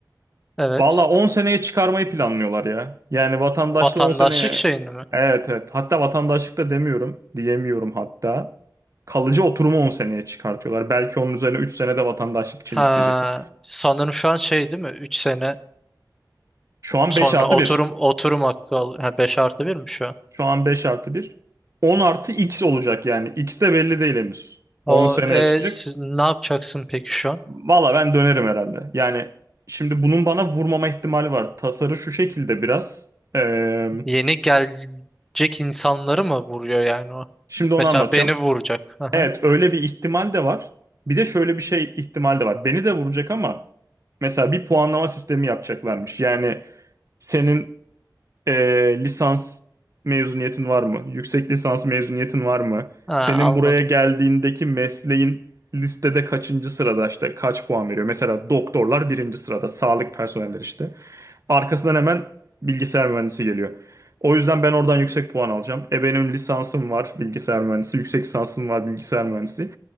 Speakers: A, in the centre; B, on the right (about 45°).
A: Evet.
B: valla 10 seneye çıkarmayı planlıyorlar ya. Yani vatandaşlığı
A: Vatandaşlık
B: 10 seneye...
A: şeyini mi?
B: Evet evet. Hatta vatandaşlık da demiyorum. Diyemiyorum hatta. Kalıcı oturumu 10 seneye çıkartıyorlar. Belki onun üzerine 3 sene de vatandaşlık için
A: Ha,
B: isteyecekler.
A: sanırım şu an şey değil mi? 3 sene
B: Şu an
A: sonra
B: 5 artı
A: oturum
B: 1.
A: oturum hakkı al. Ha, 5 artı 1 mi şu an?
B: Şu an 5 artı 1. 10 artı X olacak yani. X de belli değil henüz.
A: O,
B: 10 seneye
A: e,
B: çıkacak.
A: siz ne yapacaksın peki şu an?
B: Valla ben dönerim herhalde. Yani şimdi bunun bana vurmama ihtimali var. Tasarı şu şekilde biraz. Ee,
A: Yeni gelecek insanları mı vuruyor yani o?
B: şimdi onu
A: Mesela
B: anlatacağım.
A: beni vuracak. Aha.
B: Evet öyle bir ihtimal de var. Bir de şöyle bir şey ihtimal de var. Beni de vuracak ama mesela bir puanlama sistemi yapacaklarmış. Yani senin ee, lisans mezuniyetin var mı? Yüksek lisans mezuniyetin var mı?
A: Ha,
B: Senin
A: anladım.
B: buraya geldiğindeki mesleğin listede kaçıncı sırada işte kaç puan veriyor? Mesela doktorlar birinci sırada, sağlık personelleri işte. Arkasından hemen bilgisayar mühendisi geliyor. O yüzden ben oradan yüksek puan alacağım. E benim lisansım var bilgisayar mühendisi, yüksek lisansım var bilgisayar mühendisi.